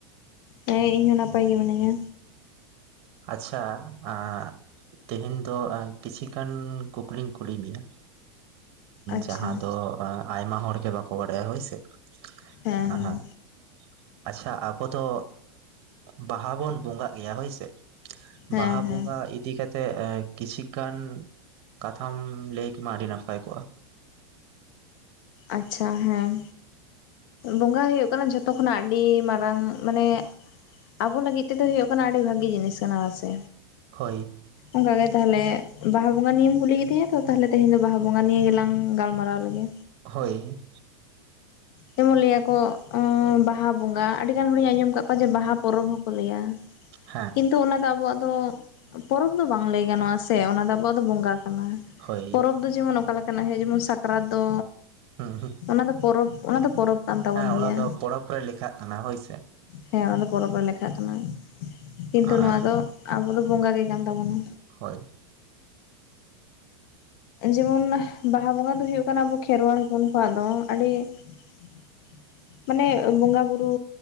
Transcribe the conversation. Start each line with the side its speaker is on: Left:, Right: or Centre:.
Left: ᱦᱮᱸ ᱤᱧ ᱦᱚᱸ ᱱᱟᱯᱟᱭ ᱜᱮ ᱢᱤᱱᱟᱹᱧᱟ᱾
Right: ᱟᱪᱪᱷᱟ <unintelligible> ᱛᱮᱦᱮᱧ ᱫᱚ ᱠᱤᱪᱷᱤ ᱜᱟᱱ ᱠᱩᱠᱞᱤᱧ ᱠᱩᱞᱤ ᱢᱮᱭᱟ᱾
Left: ᱟᱪᱪᱷᱟ
Right: ᱡᱟᱦᱟᱸ ᱫᱚ ᱟᱭᱢᱟ ᱦᱚᱲ ᱜᱮ ᱵᱟᱠᱚ ᱵᱟᱲᱟᱭᱟ ᱦᱳᱭᱥᱮ
Left: ᱦᱮᱸ
Right: <unintelligible>
Left: ᱦᱮᱸ
Right: ᱟᱪᱪᱷᱟ ᱟᱵᱚ ᱫᱚ ᱵᱟᱦᱟ ᱵᱚᱱ ᱵᱚᱸᱜᱟᱜ ᱜᱮᱭᱟ ᱦᱳᱭ ᱥᱮ᱾
Left: ᱦᱮᱸ
Right: ᱵᱟᱦᱟ
Left: ᱦᱮᱸ
Right: ᱵᱚᱸᱜᱟ ᱤᱫᱤ <unintelligible> <unintelligible> ᱠᱤᱪᱷᱩ ᱜᱟᱱ ᱠᱟᱛᱷᱟᱢ ᱞᱟᱹᱭ ᱠᱮᱢᱟ ᱟᱹᱰᱤ ᱱᱟᱯᱟᱭ ᱠᱚᱜᱼᱟ᱾
Left: ᱟᱪᱪᱷᱟ ᱦᱮᱸ ᱵᱚᱸᱜᱟ ᱦᱩᱭᱩᱜ ᱠᱟᱱᱟ ᱡᱷᱚᱛᱚ ᱠᱷᱚᱱᱟᱜ ᱟᱹᱰᱤ ᱢᱟᱨᱟᱝ ᱢᱟᱱᱮ ᱟᱵᱚ ᱞᱟᱹᱜᱤᱫ ᱛᱮᱫᱚ ᱦᱳᱭᱳᱜ ᱠᱟᱱᱟ ᱟᱹᱰᱤ ᱵᱷᱟᱜᱤ ᱡᱤᱱᱤᱥ ᱠᱟᱱᱟ ᱦᱮᱥᱮ᱾
Right: ᱦᱳᱭ
Left: ᱚᱝᱠᱟᱜᱮ ᱛᱟᱦᱚᱞᱮ ᱵᱟᱦᱟ ᱵᱚᱸᱜᱟ ᱱᱤᱭᱮᱢ ᱠᱩᱞᱤ ᱠᱤᱫᱤᱧᱟ ᱛᱚ ᱛᱟᱦᱚᱞᱮ ᱛᱮᱦᱮᱧ ᱫᱚ ᱵᱟᱦᱟ ᱵᱚᱸᱜᱟ ᱱᱤᱭᱮ ᱜᱮᱞᱟᱝ ᱜᱟᱞᱢᱟᱨᱟᱣ ᱞᱮᱜᱮ
Right: ᱦᱳᱭ
Left: ᱡᱮᱢᱚᱱ ᱞᱟᱹᱭᱟᱠᱚ ᱵᱟᱦᱟ ᱵᱚᱸᱜᱟ ᱟᱹᱰᱤᱜᱟᱱ ᱦᱚᱲᱤᱧ ᱟᱸᱡᱚᱢ ᱟᱠᱟᱫ ᱠᱚᱣᱟ ᱡᱮ ᱵᱟᱦᱟ ᱯᱚᱨᱚᱵᱽ ᱦᱚᱸᱠᱚ ᱞᱟᱹᱭᱟ
Right: ᱦᱮᱸ
Left: ᱠᱤᱱᱛᱩ ᱚᱱᱟᱫᱚ ᱟᱵᱚᱣᱟᱜ ᱫᱚ ᱯᱚᱨᱚᱵᱽ ᱫᱚ ᱵᱟᱝ ᱞᱟᱹᱭ ᱜᱟᱱᱚᱜᱼᱟ ᱥᱮ ᱚᱱᱟᱫᱚ ᱟᱵᱚᱣᱟᱜ ᱫᱚ ᱵᱚᱸᱜᱟ ᱠᱟᱱᱟ,
Right: ᱦᱳᱭ
Left: ᱯᱚᱨᱚᱵᱽ ᱡᱮᱢᱚᱱ ᱚᱠᱟ ᱞᱮᱠᱟᱱᱟᱜ ᱦᱮ ᱡᱮᱢᱚᱱ ᱥᱟᱠᱨᱟᱛ ᱫᱚ
Right: ᱦᱩᱸ ᱦᱩᱸ
Left: ᱚᱱᱟ ᱫᱚ ᱯᱚᱨᱚᱵᱽ ᱚᱱᱟ ᱫᱚ ᱯᱚᱨᱚᱵᱽ ᱠᱟᱱ ᱛᱟᱵᱚᱱ
Right: ᱦᱮᱸ ᱚᱱᱟ
Left: ᱜᱮᱭᱟ
Right: ᱫᱚ ᱯᱚᱨᱚᱵᱽ ᱨᱮ ᱞᱮᱠᱷᱟᱜ ᱠᱟᱱᱟ ᱦᱳᱭ ᱥᱮ
Left: ᱦᱮᱸ ᱚᱱᱟᱫᱚ ᱯᱚᱨᱚᱵᱽ ᱨᱮ ᱞᱮᱠᱷᱟᱜ ᱠᱟᱱᱟ, ᱠᱤᱱᱛᱩ
Right: ᱟᱨ
Left: ᱱᱚᱣᱟ ᱫᱚ ᱟᱵᱚ ᱫᱚ ᱵᱚᱸᱜᱟ ᱜᱮ ᱠᱟᱱ ᱛᱟᱵᱚᱱᱟ᱾
Right: ᱦᱳᱭ
Left: ᱡᱮᱢᱚᱱ ᱵᱟᱦᱟ ᱵᱚᱸᱜᱟ ᱫᱚ ᱦᱩᱭᱩᱜ ᱠᱟᱱᱟ ᱟᱵᱚ ᱠᱷᱮᱨᱣᱟᱞ ᱦᱚᱯᱚᱱ ᱠᱚᱣᱟᱜ ᱫᱚ ᱟᱹᱰᱤ <unintelligible> ᱢᱟᱱᱮ ᱵᱚᱸᱜᱟ ᱵᱩᱨᱩ